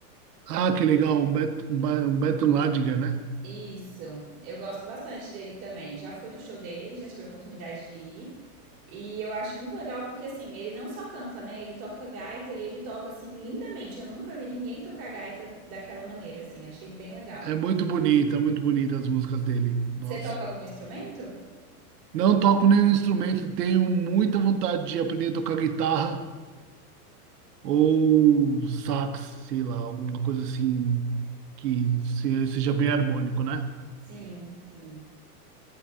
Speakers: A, on the right; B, on the right.
A: Ah, que legal, um Beto, um Ba- um Beto Ladiger, né?
B: Isso, eu gosto bastante dele também. Já fui no show dele, já tive a oportunidade de ir. E eu acho muito legal porque, assim, ele não só canta, né? Ele toca gaita e ele toca, assim, lindamente. Eu nunca vi ninguém tocar gaita daquela maneira, assim. Achei bem legal.
A: É muito bonita, muito bonita as músicas dele. Nossa.
B: Você toca algum instrumento?
A: Não toco nenhum instrumento, tenho muita vontade de aprender a tocar guitarra ou sax, sei lá, alguma coisa assim que se- seja bem harmônico, né?
B: Sim, sim.